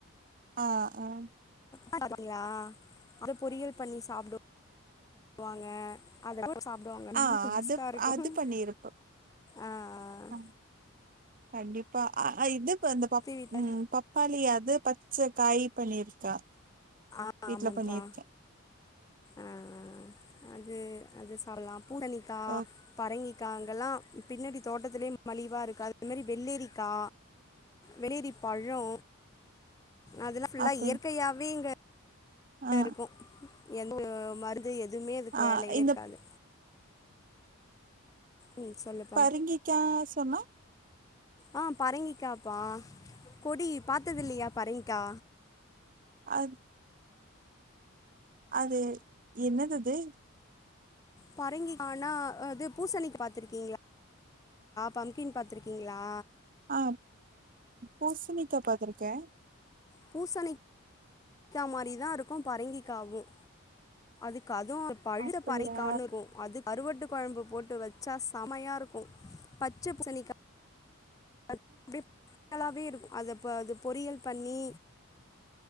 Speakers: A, on the right; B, on the left.
A: ஆ ம்
B: பண்ணியா அத பொரியல் பண்ணி சாப்புடு வாங்க <inaudible> <unintelligible> சாப்புடுவாங்க நல்லா
A: ஆ
B: டேஸ்ட்டா
A: அது
B: இருக்கும்
A: அது பண்ணிருப்போ
B: ஆஹ்
A: ஆ கண்டிப்பா அ இது இப்ப இந்த
B: வீட்ல
A: ம் பப்பாளியாது செ காயி பண்ணிருக்கா
B: ஆ
A: வீட்ல
B: ஆமப்பா
A: பண்ணிருக்கே
B: ஆஆ அது அது சாப்பலாம் பூசணிக்கா
A: ஓ
B: பரங்கிக் க்கு அங்கெல்லா பின்னாடி தோட்டத்திலேயே மலிவா இருக்கு அதே மாரி வெள்ளெரிக்கா வெள்ளெரி பழோ அதல்லா ஃபுல்லா
A: அப்ப
B: இயற்கையாவே இங்க <unintelligible>
A: ஆ
B: இருக்கும் எந்த மருத் அது எதுமே அதுக்கு
A: ஆ
B: வேலையே
A: இந்த
B: இருக்காது ம் சொல்லுப்பா
A: பரங்கிக்கா சொன்னா
B: ஆஹ் பரங்கிக்காப்பா கொடி பாத்தது இல்லையா பரங்கிக்கா
A: அது அது என்னது அது
B: பரங்கிகா ஆனா அது பூசணி பாத்துருக்கீங்களா பம்ப்கின் பாத்திருக்கிங்களா
A: ஆஹ் பூசணிக்கா பாத்துருக்கே
B: பூசணிக்கா மாரி தான் இருக்கும் பரங்கிகாவும் க்கு அதுவு பழுத்த
A: அப்படியா
B: பரைங்க்கானு இருக்கும் அது கருவாட்டுக் கொழம்பு போட்டு வச்சா செமையா இருக்கு பச்சை பூசணிக்கா அப்டியே <unintelligible> இருக்கு அத ப்ப அது பொரியல் பண்ணி